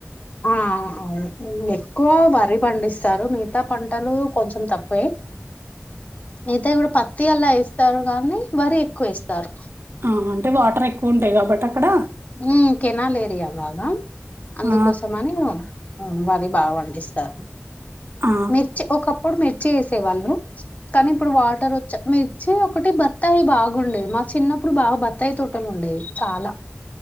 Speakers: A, on the left; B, on the right.
A: ఆ అవును ఎక్కువ వరి పండిస్తారు మిగతా పంటలు కొంచెం తక్కువే అయితే కూడా పత్తి అలా ఏస్తారు కానీ వరి ఎక్కువ ఏస్తారు
B: ఆహా అంటే వాటర్ ఎక్కువ ఉంటాయి కాబట్టి అక్కడ
A: ఊ కెనాల్ ఏరియా బాగా అందుకోసము
B: ఆ,
A: అని ఉ వరి బాగా పండిస్తారు
B: ఆ,
A: మిర్చి ఒకప్పుడు మిర్చి వేసే వాళ్ళు కానీ ఇప్పుడు వాటర్ వచ్చ మిర్చి ఒకటి బత్తాయి బాగుండేది మా చిన్నప్పుడు బాగా బత్తాయి తోటలు ఉండేవి చాలా